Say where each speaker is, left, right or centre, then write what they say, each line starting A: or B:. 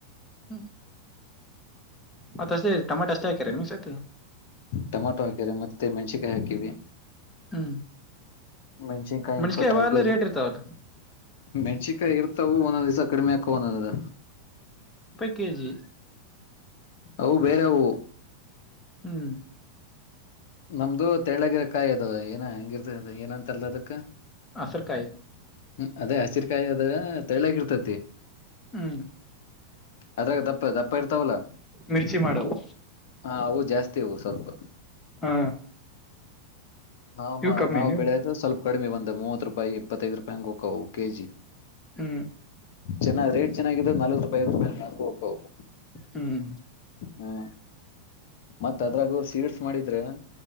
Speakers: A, on the left (about 20°); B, on the left (about 55°).
A: ಹ್ಮ್ ಮತ್ತ ಅಷ್ಟೇ ಟಮಾಟೋ ಅಷ್ಟೇ ಹಾಕ್ಯಾರ ನೀಮ್ ಸೇತ
B: ಟೊಮಾಟೊ ಹಾಕ್ಯಾರ ಮತ್ತೆ ಮೆಣ್ಸಕಾಯಿ ಹಾಕಿವಿ
A: ಹ್ಮ್
B: ಮೆಣಸಿನ್ಕಾಯಿ
A: ಮೆಣಸಕಾಯಿ
B: ಇಪ್ಪತ್ತೈ
A: ಯಾವಾಗ್ಲೂ
B: ಕೆಜಿ
A: ರೇಟ್ ಇರ್ತಾವಲ್ಲ
B: ಮೆಣಸಿನ್ಕಾಯಿ ಇರ್ತವು ಒಂದೊಂದ್ ಸಕಡಿಮ ನದ
A: ಕೆ ಜಿ
B: ಅವು ಬೇರೆ ಅವು
A: ಹ್ಮ್
B: ನಮ್ದು ತಳ್ಳಗಿರಕಾಯಿ ಅದು ಏನ ಹೆಂಗಿರ್ತ ಏನಂತರ್ಲ ಅದು
A: ಆ ಸರ್ಕಾಯ
B: ಹ್ಮ ಅದೇ ಹಸಿಕಾಯಿ ಅದ ತೆಳ್ಳಕ ಇರ್ತೇತಿ
A: ಹ್ಮ್
B: ಅದ್ರಾಗ ದಪ್ಪ ದಪ್ಪ ಇರ್ತಾವಲ್ಲ
A: ಮಿರ್ಚಿ ಮಾಡವು
B: ಹಾ ಅವು ಜಾಸ್ತಿ ಅವು ಸ್ವಲ್ಪ
A: ಹಾ
B: ನಾವಮ್ಮ
A: ಇವು ಕಮ್ಮಿನು
B: ನಾವು ಬೆಳೆಯೋದು ಸ್ವಲ್ಪ ಕಡಿಮ ಬಂದ ಮೂವ ರೂಪಾಯಿ ಇಪ್ಪತ್ತೈದು ರೂಪಾಯಿ ಹಂಗ ಹೋಗವ್ ಕೆಜಿ
A: ಹ್ಮ್
B: ಚೆನ್ನಾಗ ರೇಟ್ ಚೆನ್ನಾಗಿದೆ ನಲ್ವತ್ ರೂಪಾಯಿ <unintelligible> ರೂಪಾಯಿ ಹ ಹೋಗು
A: ಹ್ಮ್
B: ಹ್ಮ್ ಮತ್ತತ್ ಅದ್ರಾಗೂ ಸೀಡ್ಸ್ ಮಾಡಿದ್ರೆನಾ